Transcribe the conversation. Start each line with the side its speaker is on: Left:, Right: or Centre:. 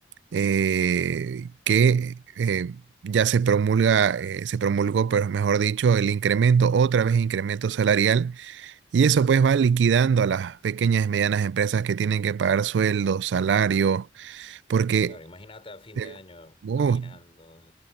Right: eh, que eh, ya se promulga, eh, se promulgó, pero mejor dicho, el incremento, otra vez incremento salarial y eso pues va liquidando a las pequeñas y medianas empresas que tienen que pagar sueldos, salarios, porque
Left: Claro, imagínate a fin
Right: eh,
Left: de año
Right: oh,
Left: aguinaldos